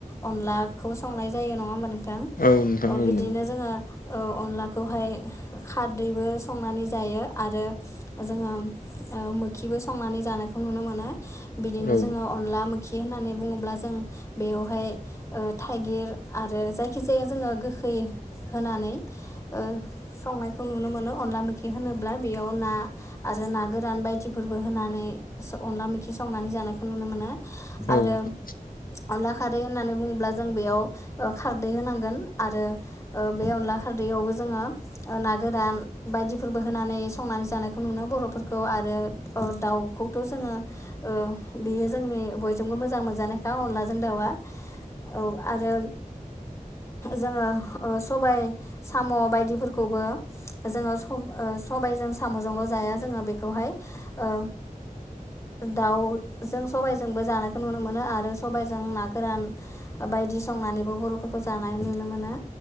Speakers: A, on the left (about 20°); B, on the left (about 80°).
A: अनलाखौ संनाय जायो नङा होमबा नों थां
B: नोंथां
A: ओ
B: औ
A: बिदिनो
B: नंगौ
A: जोङो ओ अनलाखौहाय खार बो संनानै जायो आरो जोङो ओ मोखिबो संनानै जानायखौ नुनो मोनो बिदिनो
B: औ
A: जोङो अनला मो खि होननानै बुङोब्ला जों बेयावहाय ओ थाइगिर आरो जायखिजाया जोङो गो खै होनानै ओ संनाय खौ नुनो मोनो अनला मोखि होनोब्ला बेयाव ना आरो ना गोरान बायदि फोरबो होनानै स अनला मोखि संनानै जानायखौ नुनो मोनो आरो
B: औ नोंथां
A: अनला खारै होननानै बुङोब्ला जों बेयाव ओ खारदै होनांगोन आरो ओ बे अनला खारदैयावबो जो जोङो ओ नार गोरान बायदिफोरबो होनानै संनानै जानायखौ नुनो बर'फोरखौ आरो ओ दाउखौथ' जों ङो ओ बियो जोंनि बयजोंबो मोजां मोनजानायखा अनलाजों दाउआ औ आरो जोङो ओ सबाय साम' बायदिफोरखौबो जोङो सब ओ सबायजों साम'जोंल' जाया जोङो बेखौहाय ओ दाउ जों सबाइजोंबो जानायखौ नुनो मोनो आरो सबाइजों ना गोरान ओ बा बायदि संनानैबो बर'फोरखौ जानाय नुनो मोनो